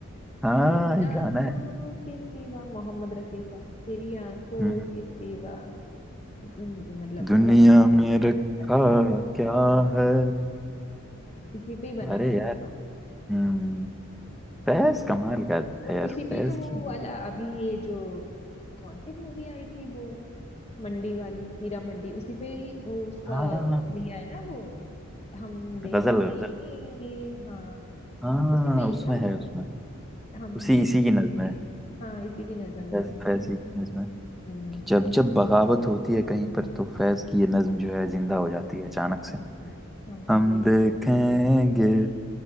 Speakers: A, in the centre; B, on the left (about 30°).
A: हाँ
B: तेरी
A: ये
B: आंखों
A: गाना है
B: के सिवा मोहम्मद रफी का तेरी आंखों
A: हम्म, हम्म।
B: के सिवा हम्म, मतलब
A: दुनिया
B: रखा
A: में
B: क्या
A: रखा
B: है रखा क्या
A: क्या
B: है।
A: है
B: इसी पे ही बना
A: अरे
B: था वो
A: यार
B: सॉन्ग
A: हम्म फैज
B: तेज
A: कमाल
B: से
A: का
B: और
A: है यार
B: उसी
A: फैज
B: पे ही तो वो
A: की
B: वाला अभी ये जो कौन सी मूवी आई थी वो मंडी वाली हीरा मंडी उसी पे ही वो उसका
A: हाँ
B: लिया है ना वो हम देखेंगे
A: गजल गजल
B: हाँ
A: हाँ
B: उसी पे ही
A: उसमें
B: है ना
A: है
B: वो
A: उसमें
B: हम
A: उसी
B: देखेंगे
A: इसी की नज्म है
B: हाँ इसी की नजम
A: फैज
B: है उसमें
A: फैज ही की नज्म है
B: हम्म
A: कि जब जब बगावत होती है कहीं पर तो फैज की ये नज्म जो है जिंदा हो जाती है अचानक से
B: हम्म, हम
A: हम
B: देखेंगे
A: देखेंगे